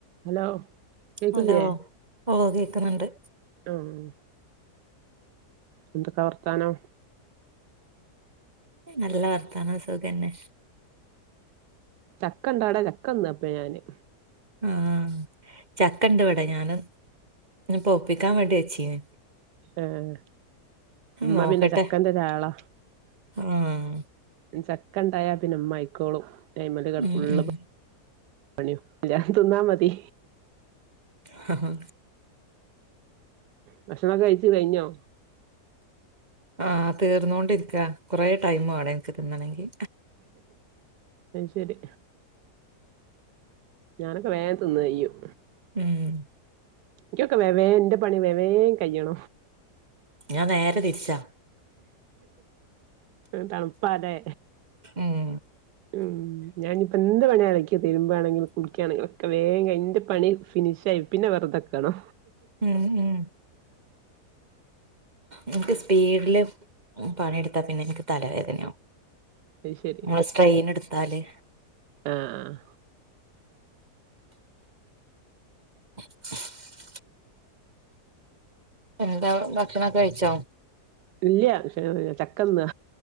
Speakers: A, on the right (about 85°); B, on the right (about 25°).
A: hello കേക്കില്ലേ
B: Hello ഓഹ് കേക്ക്ണണ്ട്.
A: ആഹ് എന്തൊക്കെ വർത്താനം.
B: നല്ല വർത്താനം സുഖന്നെ.
A: ചക്കണ്ടോ ആടെ ചക്കന്നാ ഇപ്പോ ഞാന്.
B: ആഹ് ചക്ക ഇണ്ട് ഇവിടെ, ഞാന് പൊഴുപ്പിക്കാൻ വേണ്ടി വച്ചീന്.
A: ആഹ് ഉമ്മ
B: നോക്കട്ടെ
A: പിന്നെ ചക്കന്റ ഒരാളാ.
B: ആഹ്
A: ചക്ക ണ്ടായ പിന്നെ ഉമ്മ ആയിക്കോളും അയ്മല് കടന്ന്
B: ഉം
A: ഫുള്ള്
B: ഉം
A: പണിം ഞാൻ തിന്നാ മതി.
B: ഹ ഹ ഹാ
A: ഭക്ഷണോകെ കഴിച്ചു കഴിഞ്ഞോ
B: ആഹ് തീർന്നോണ്ടിരിയ്ക്കാ കൊറെേ ടൈമാണം ഇൻക്ക് തിന്നണെങ്കി
A: അയ് ശരി ഞാനൊക്കെ വേഗം തിന്ന് കഴിയും
B: ഉം
A: ക്ക്യോക്കെ വെവേ എന്റെ പണി വെവേൻ കഴിയണ
B: ഞാൻ നേരെ തിരിച്ചാ
A: തണുപ്പാ ല്ലേ
B: ഉം
A: ഉം ഞാനിപ്പോ എന്ത് പണി അലക്കി തിരുമ്പാണെങ്കിലും കുളിക്ക്യാണെങ്കിലും ഒക്കെ വേഗ ന്റെ പണി ഫിനിഷ് ആയി പിന്നെ വെറുതെക്കണോ
B: ഉം ഉം നിക്ക് സ്പീഡില് ഉം പണിയെടുത്താ പിന്നെ എനിക്ക് തലവേദനയാ
A: അത് ശരി
B: നമ്മള് സ്ട്രെയിനെടുത്താല്
A: ആഹ് ആഹ്
B: <inaudible> എന്താ ഭക്ഷണക്കെഴിച്ചോ
A: ഇല്ല്യ പക്ഷെ ചക്കന്നാ